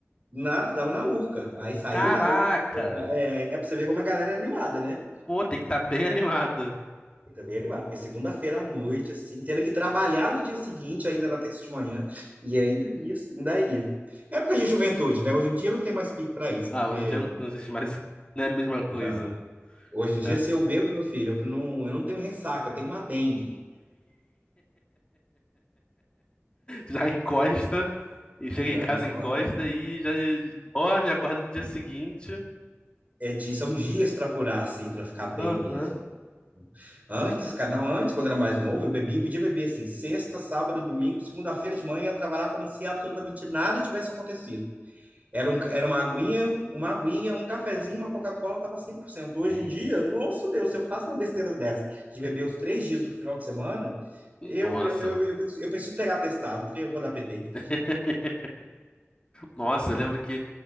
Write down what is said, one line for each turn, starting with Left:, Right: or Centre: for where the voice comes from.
Right: Nada, tava na Urca. Aí saía
Left: Caraca!
Right: da Urca, é, é pra você ver como a galera é animada, né?
Left: Pô, tem que estar bem <laughs> animado.
Right: Eu também é animada, porque segunda-feira à noite, assim, tendo que trabalhar no dia seguinte, ainda na terça de manhã, e ainda ia, assim, ainda ia. É Época de juventude, né? Hoje em dia não tem mais pique pra isso,
Left: Ah,
Right: porque,
Left: hoje em dia não, não existe mais. <laughs> Não é a mesma coisa.
Right: não. Hoje em dia,
Left: É.
Right: se eu bebo, meu filho, eu não, eu não tenho ressaca, eu tenho uma dengue.
Left: Já encosta, e chega
Right: Já
Left: em casa,
Right: encosta.
Left: encosta e já dorme, acorda no dia seguinte.
Right: é de, são dias para curar, assim, para ficar bem
Left: Aham.
Right: mesmo. Antes, cara, não, antes, quando era mais novo, eu bebia, eu podia beber, assim, sexta, sábado, domingo, segunda-feira de manhã, ia trabalhar como se absolutamente nada tivesse acontecido. Era, um, era uma aguinha, uma aguinha, um cafezinho, uma Coca-Cola, tava 100%. Hoje
Left: Sim.
Right: em dia, nosso Deus, se eu faço uma besteira dessa, de beber os três dias do final de semana, eu,
Left: Nossa.
Right: eu, eu, eu, eu preciso pegar testado, porque eu vou dar PT.
Left: <laughs> Nossa, eu lembro que